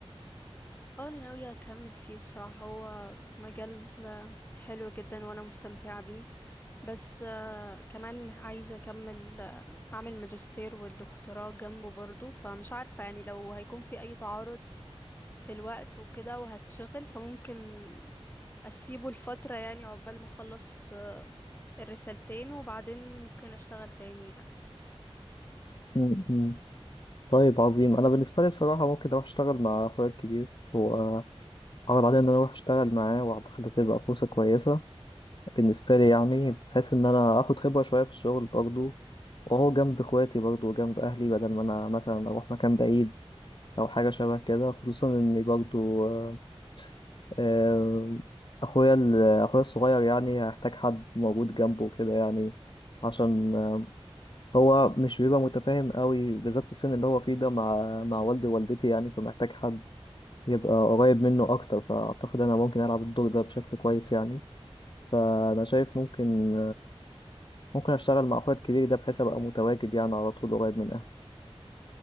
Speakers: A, on the left (about 20°); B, on the left (about 50°).
A: اه انا ناوية اكمل فيه الصراحة هو مجال آه، حلو جدا وانا مستمتعة بيه بس آه، كمان عايزة اكمل آه، اعمل ماجستير والدكتوراه جنبه برضو فمش عارفة يعني لو هيكون في اي تعارض في الوقت وكده وهتشغل فممكن اسيبه لفترة يعني عقبال ما اخلص آه، الرسالتين وبعدين ممكن اشتغل تاني يعني
B: <laughs> طيب عظيم انا بالنسبه لي بصراحه ممكن اروح اشتغل مع اخويا الكبير هو عرض عليا ان انا اروح اشتغل معاه واعتقد هتبقى فرصه كويسه بالنسبه لي يعني بحيث ان انا اخد خبره شويه في الشغل برضه وهو جنب اخواتي برضه وجنب اهلي بدل ما انا مثلا اروح مكان بعيد او حاجه شبه كده خصوصا ان برضه آه، آه، اخويا ال- اخويا الصغير يعني هيحتاج حد موجود جنبه كده يعني عشان هو مش بيبقى متفاهم قوي بالذات في السن اللي هو فيه ده مع مع والدي ووالدتي يعني فمحتاج حد يبقى قريب منه أكتر فأعتقد أنا ممكن ألعب الدور ده بشكل كويس يعني فأنا شايف ممكن ممكن أشتغل مع أخويا الكبير ده بحيث أبقى متواجد يعني على طول قريب من أهلي